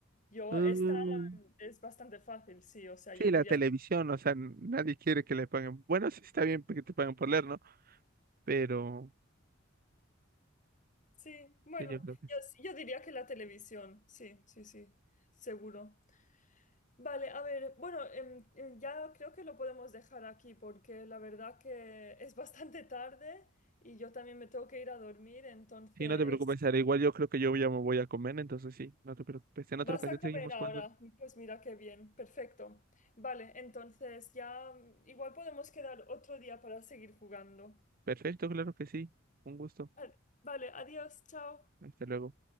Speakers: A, on the left; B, on the right.
A: Yo,
B: Mm,
A: esta mm, es bastante fácil, sí, o sea,
B: sí,
A: yo diría,
B: la televisión, o sea, n- nadie quiere que le paguen. Bueno, sí está bien que te paguen por leer, ¿no? Pero
A: sí, bueno,
B: sí, yo creo que
A: yo,
B: sí.
A: yo diría que la televisión, sí, sí, sí, seguro. Vale, a ver, bueno, em, em, ya creo que lo podemos dejar aquí porque la verdad que es bastante tarde y yo también me tengo que ir a dormir, entonces...
B: Sí, no te preocupes, Sara. Igual yo creo que yo ya me voy a comer, entonces sí, no te preocupes. En otra
A: ¿Vas
B: ocasión
A: a comer
B: seguimos
A: ahora?
B: jugando.
A: Pues mira qué bien, perfecto. Vale, entonces ya mm, igual podemos quedar otro día para seguir jugando.
B: Perfecto, claro que sí. Un gusto.
A: Vale, vale, adiós, chao.
B: Hasta luego.